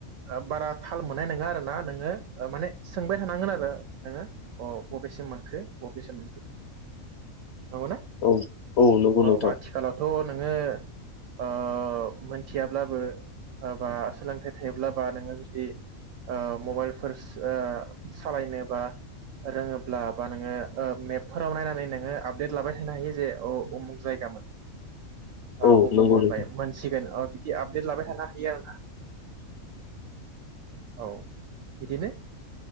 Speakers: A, on the right (about 70°); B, on the left (about 60°).
A: ओ बारा थाल मोननाय नोङा आरो ना नोङो ओ माने सोंबाय थानांगोन आरो नोङो अ बबेसिम मोनखो बबेसिम मोनखो बिदि नंगौना
B: औ नंगौ
A: औ
B: नोंथां
A: आथिखालावथ' नोङो ओ मोनथियाब्लाबो बा सोलोंथाइ थायाब्लाबो नोङो जुदि ओ मबाइलफोर ओ सालायनो बा रोङोब्ला बा नोङो मेपफोराव नायनानै नोङो आपडेट लाबाय थानो हायो जे अ उमुक जायगामोन ओ
B: औ
A: उमुक
B: नंगौ
A: मोनबाय
B: नोंथां
A: मोनसिगोन ओ बिदि आपडेट लाबाय थानो बिदि आरो ना औ बिदिनो